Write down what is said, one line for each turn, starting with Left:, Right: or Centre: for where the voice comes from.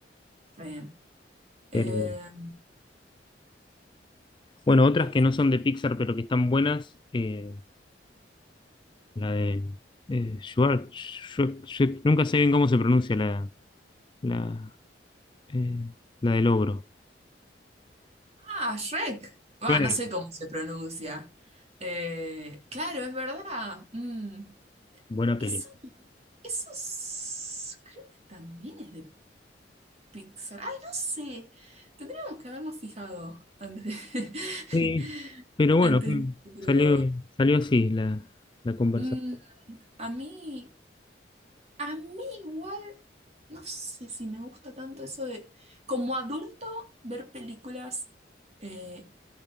Right: está bien. Eh,
Left: Pero
Right: ¿y
Left: bueno, otras
Right: qué
Left: que
Right: fu-
Left: no son de Pixar, pero que están buenas, eh, la de eh, Schwarz- Schwe- Schwe- nunca sé bien cómo se pronuncia la, la, eh, la del ogro.
Right: ah, Shrek. Va,
Left: Shrek,
Right: no sé cómo se pronuncia. Eh, claro, es verdad. Mm,
Left: Buena
Right: eso,
Left: película.
Right: eso es- creo que también es de Pixar. Ay, no sé. Tendríamos que habernos fijado antes de- <laughs>
Left: Sí, pero bueno,
Right: antes, de- pero
Left: salió, salió así la, la conversación.
Right: mm, a mí, a mí igual. No sé si me gusta tanto eso de, como adulto, ver películas eh,